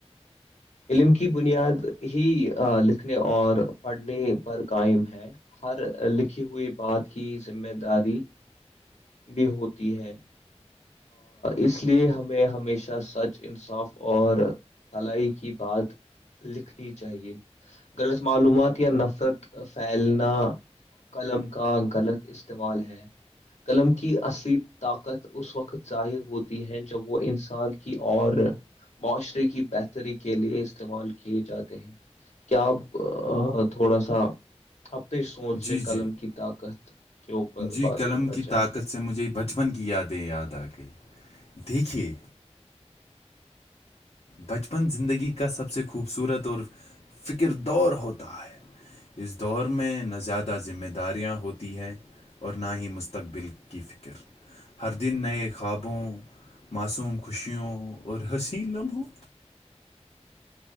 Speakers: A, on the left; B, on the left.
A: علم کی بنیاد ہی لکھنے اور پڑھنے پر قائم ہے ہر لکھی ہوئی بات کی ذمہ داری بھی ہوتی ہے اس لیے ہمیں ہمیشہ سچ انصاف اور بھلائی کی بات لکھنی چاہیے غلط معلومات یا نفرت پھیلنا قلم کا غلط اس استعمال ہیں قلم کی اصلی طاقت اس وقت ظاہر ہوتی ہے جب وہ ان ان کی اور معاشرے کی بہتری کے لیے استعمال کیے جاتے ہیں کیا آپ تھوڑا سا اپنی سوچ
B: جی
A: سے
B: جی جی
A: قلم کی طاقت کے اوپر
B: جی
A: بات
B: قلم
A: کرنا
B: کی
A: چاہیں
B: طاقت
A: گے
B: سے مجھے بچپن کی یادیں یاد آ گئ دیکھیے بچپن زندگی کا سب سے خوبصورت اور فکر دور ہوتا ہے اس دور میں نہ زیادہ ذمہ داریاں ہوتی ہیں اور نہ ہی مستقبل کی فکر ہر دن نئے خوابوں معصوم خوشیوں اور ہنسی لمحوں